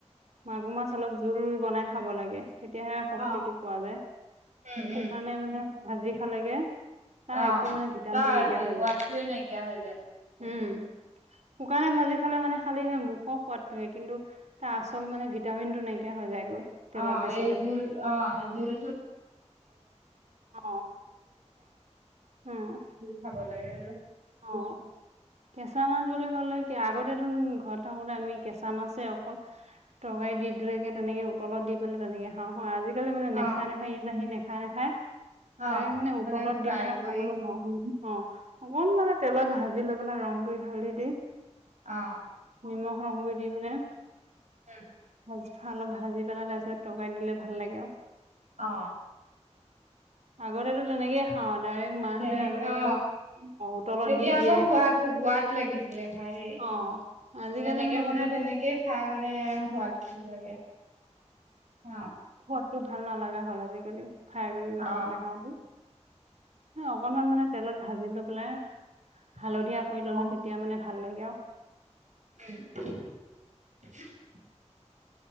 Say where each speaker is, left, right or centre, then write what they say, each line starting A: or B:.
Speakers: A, on the right; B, on the right.
A: মাগুৰ মাছ অলপ জোল বনাই খাব লাগে। তেতিয়াহে শক্তিটো
B: অ
A: পোৱা যায়।
B: উম
A: শুকানে
B: উম
A: মানে ভাজি খালেগে হ
B: অ
A: একো মানে ভিটামিন
B: তাৰ
A: নাইকিয়া
B: সোৱাদটোৱে
A: হৈ যায়।
B: নাইকিয়া হৈ যায়।
A: উম শুকানে ভাজি খালে মানে খালি সে মুখৰ সোৱাদটো হে কিন্তু তাৰ আচল মানে ভিটামিনটো নাইকিয়া হৈ যায়। তেলত
B: অ
A: বেছি
B: এই জোল অ। জুল
A: অ উম
B: খাব লাগে। আৰু
A: অ কেঁচা মাছ বুলি ক'লে কি আগত ঘৰত থাকোতে আমি কেঁচা মাছে অকল তৰকাৰী দি দৰোকে তেনেকে উতলত দি পেলাই তেনেকে খাওঁ আজিকালি মানে
B: অ
A: নেখায় নেখায় ইয়াত আহি নেখা নেখায় চাই
B: অ
A: মানে উতলত
B: ফ্ৰাই
A: দি পেলাই
B: কৰি
A: খাবলৈ নোৱাও। অ। অকণ মানে তেলত ভাজি লৈ পেলাই ৰং‌‌গুই হালধি দি।
B: অ।
A: নিমখ ৰংগুই দি মানে।
B: হম।
A: ভাজ ভা অলপ ভাজি পেলাই তাৰপিছত তৰকাৰীত দিলে ভাল লাগে আও।
B: অ।
A: আগতেতো তেনেকেই খাওঁ ডাইৰেক্ট মাহঁতে
B: তেনেকে
A: আগতে
B: অ
A: অ উতলত
B: তেতিয়া
A: দি
B: আকৌ
A: দিয়ে।
B: সোৱাদ সোৱাদ লাগিছিলে খাই দেই
A: অ আজিকালি
B: যেনেকে
A: মানে
B: বনাই
A: সেইটো
B: তেনেকেই খাই মানে সোৱাদটো লাগে। অ
A: <unintelligible> টো ভাল নালাগা হ'ল আজিকালি ফ্ৰাই কৰি কৰি
B: অ
A: খাওঁ খাওঁতে। অকনমান মানে তেলত ভাজি লৈ পেলাই হালধীয়া কৰি ল'লে তেতিয়া মানে ভাল লাগে আও।
B: উম। <unintelligible>